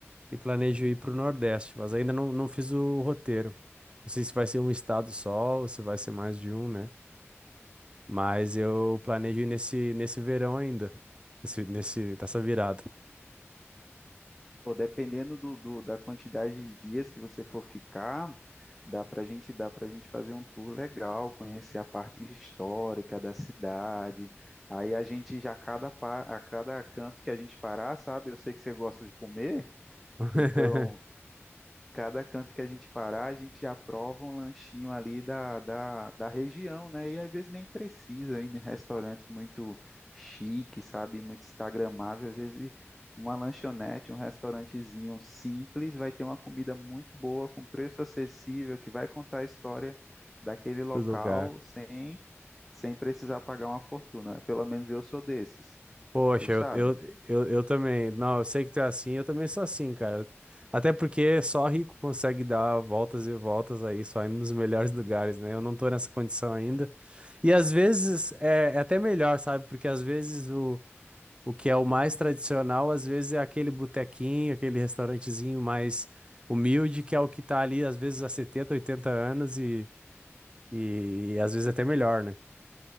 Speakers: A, on the right (about 20°); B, in the centre.
A: e planejo ir para o Nordeste, mas ainda não, não fiz o roteiro. Não sei se vai ser um estado só ou se vai ser mais de um, né? Mas eu planejo ir nesse, nesse verão ainda, nesse, nesse, nessa virada
B: Pô, dependendo do, do- da quantidade de dias que você for ficar, dá para gente, dá para gente fazer um tour legal, conhecer a parte histórica da cidade. Aí a gente já a cada pa- a cada canto que a gente parar, sabe? Eu sei que você gosta de comer,
A: <laughs>
B: então Cada canto que a gente parar, a gente aprova um lanchinho ali da, da, da região, né? E às vezes nem precisa ir em restaurantes muito chique, sabe? Muito instagramável. Às vezes uma lanchonete, um restaurantezinho simples vai ter uma comida muito boa, com preço acessível, que vai contar a história daquele local
A: do lugar.
B: sem, sem precisar pagar uma fortuna. Pelo menos eu sou desses,
A: Poxa,
B: tu sabe?
A: eu, eu, eu, eu também. Não, eu sei que tu é assim, eu também sou assim, cara. Até porque só rico consegue dar voltas e voltas aí, só indo nos melhores lugares, né? Eu não tô nessa condição ainda. E às vezes é, é até melhor, sabe? Porque às vezes o, o que é o mais tradicional, às vezes é aquele botequinho, aquele restaurantezinho mais humilde, que é o que tá ali, às vezes, há 70, 80 anos e, e, e às vezes até melhor, né?